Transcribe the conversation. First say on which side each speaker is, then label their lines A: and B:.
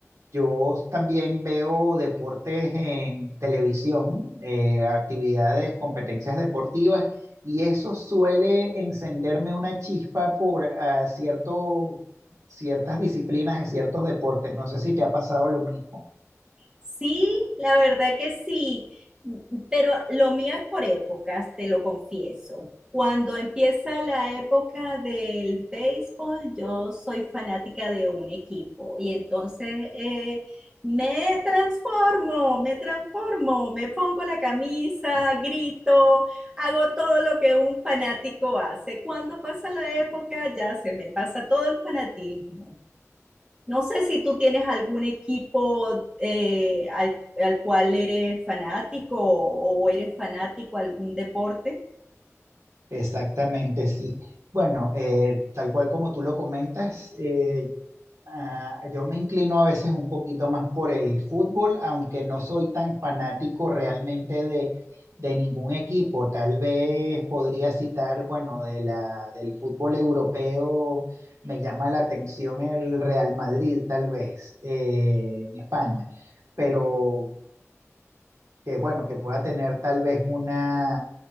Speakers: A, on the right; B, on the right.
A: yo también veo deportes en televisión, eh, actividades, competencias deportivas, y eso suele encenderme una chispa por ah, cierto, ciertas disciplinas en ciertos deportes. No sé si te ha pasado lo mismo.
B: Sí, la verdad que sí, m- pero lo mío es por épocas, te lo confieso. Cuando empieza la época del béisbol, yo soy fanática de un equipo y entonces eh, me transformo, me transformo, me pongo la camisa, grito, hago todo lo que un fanático hace. Cuando pasa la época, ya se me pasa todo el fanatismo. No sé si tú tienes algún equipo eh, al, al cual eres fanático o, o eres fanático a algún deporte.
A: Exactamente, sí. Bueno, eh, tal cual como tú lo comentas, eh, Ah, yo me inclino a veces un poquito más por el fútbol, aunque no soy tan fanático realmente de, de ningún equipo. Tal vez podría citar, bueno, de la, del fútbol europeo, me llama la atención el Real Madrid, tal vez, eh, en España. Pero que bueno, que pueda tener tal vez una,